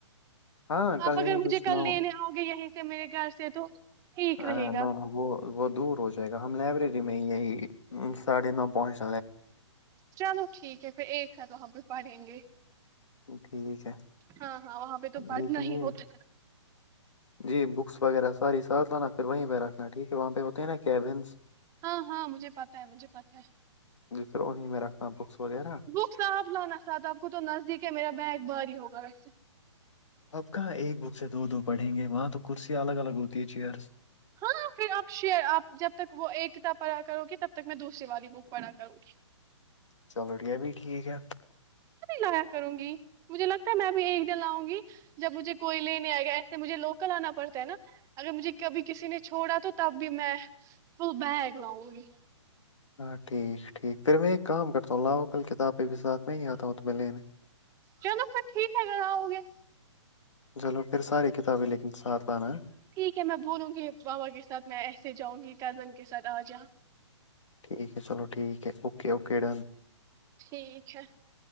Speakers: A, on the left; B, on the right.
A: ہاں کل
B: آپ
A: یہی
B: اگر مجھے
A: کچھ
B: کل
A: نو
B: لینے آؤ گے یہیں ج میرے گھر سے تو ٹھیک
A: نہ
B: رہے گا
A: نہ وہ وہ دور ہو جائے گا ہم لائبریری م ساھ ن پ <unintelligible>
B: چلو ٹھیک ہے پھر ایک ساتھ وب پڑیں گے
A: ٹھیک ہے
B: ہاں ہاں وہاں پہ تو پڑھنا
A: دیکھنیے
B: ہی ہوتا ہے
A: جی بکس وغیرہ ساری ساتھ لانا پھر وہیں پہ رکھنا ٹھیک ہے وہاں پہ ہوتے ہیںا کیبنس
B: ہاں ہاں مجھے پتا ہے مجھے پتا ہے
A: پھر انہیں میں رکھنا بکس وغیرہ
B: بک ص آپ لانا ساتھ آپ کو تو نزدیک د میرا بیگ باہاری ہوگا ویسے
A: اپ کہاں ایک بک سے دو دو پڑھیں گے وہاں تو کرسیاں الگ الگ ہوتی ہے چیئرز
B: ہاں پھر آپ شیئر آپ جب تک وہ ایک کتاب پڑھا کرو گی تب تک میں دوسری والی بک پڑھا کروں گی
A: چلو ٹھیا بھی ٹھیک ہے
B: غار کروں گی مجھے لگتا ہے میں بھیب ایک دل آؤں گی جب مجھے کوئی لیےنے آئے گیا ایسے مجھے لوگ کلانا پڑتا ہے نا اگر مجھے کبھی کسی نے چھوڑا تو تب بھی میں فل بیگ لاؤں گی
A: ہاں ٹھیک ٹھیک پھر میں ایک کام کرتا ہوں لاوکل کتابیں بھی ساتھ میں ہی آتا ہوں تو میںہ لینے
B: چلو پھر ٹھیک ہے اگر آؤ گے
A: چلو پھر ساری کتابیں لیکن ساتھ لانا ہے
B: ٹھیک ہے میں بولوں گی بابا کے ساتھ میں ایسے جاؤں گی کزن کے ساتھ آ جا
A: ٹھیک ہے چلو ٹھیک ہے اوکے اوکے ڈن
B: ٹھیک ہے